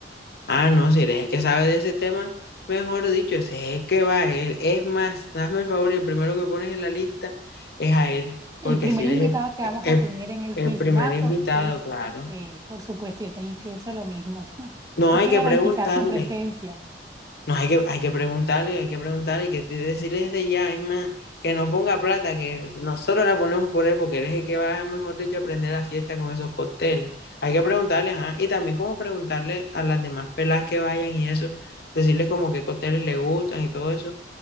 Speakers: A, on the left (about 60°); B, on the right (about 20°).
A: Ah, no, si eres el que sabe de ese tema, mejor dicho, ese es el que va él. Es más, hazme el favor y el primero que pones en la lista es a él,
B: El
A: porque
B: primer
A: si eres
B: invitado
A: el,
B: que vamos
A: el-
B: a tener en el
A: el
B: piscinazo
A: primer invitado,
B: es
A: claro.
B: él, por supuesto. Yo también pienso lo mismo. <laughs>
A: No
B: Hay
A: hay
B: que
A: que
B: garantizar
A: preguntarle.
B: su presencia.
A: No, hay que, hay que preguntarle, hay que preguntarle, hay que de- decirle desde ya, es más, que no ponga plata, que nosotros la ponemos por él, porque él es el que va, mejor dicho, a aprender la fiesta con esos cócteles. Hay que preguntarle, ajá, y también como preguntarle a las demás pelas que vayan y eso, decirles como qué cócteles le gustan y todo eso,